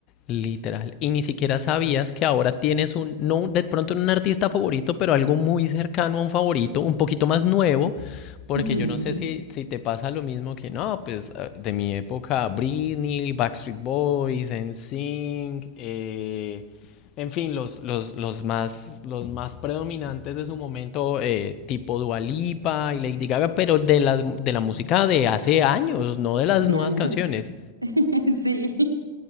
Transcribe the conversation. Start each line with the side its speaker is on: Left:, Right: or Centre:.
Left: Literal. Y ni siquiera sabías que ahora tienes un, no de pronto no un artista favorito, pero algo muy cercano a un favorito, un poquito más nuevo, porque
Right: Ujú,
Left: yo no sé
Right: ujú.
Left: si, si te pasa lo mismo que no, pues eh, de mi época Britney, Backstreet Boys, NSYNC, eh, en fin, los, los, los más, los más predominantes de su momento, eh, tipo Dua Lipa y Lady Gaga, pero de la, de la música de hace años, no de las
Right: De
Left: nuevas
Right: años.
Left: canciones.
Right: <laughs> Sí,